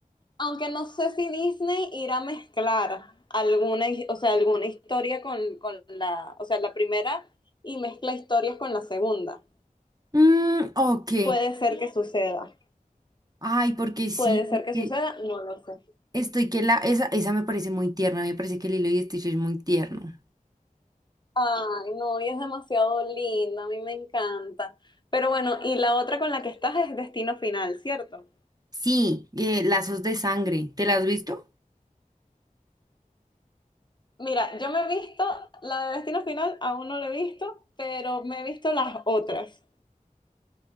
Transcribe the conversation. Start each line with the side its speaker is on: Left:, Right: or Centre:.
Left: Aunque no sé si Disney irá a mezclar alguna, hi- o sea, alguna historia con, con la, o sea, la primera y mezcla historias con la segunda.
Right: Mm, ok.
Left: Puede ser que suceda.
Right: Ay, porque sí,
Left: Puede ser que
Right: que
Left: suceda, no lo sé.
Right: estoy que la... Esa, esa me parece muy tierna, me parece que Lilo y Stitch es muy tierno.
Left: Ay, no, y es demasiado linda, a mí me encanta. Pero bueno, y la otra con la que estás es Destino Final, ¿cierto?
Right: Sí, eh, lazos de sangre. ¿Te la has visto?
Left: Mira, yo me he visto, la de Destino Final aún no la he visto, pero me he visto las otras.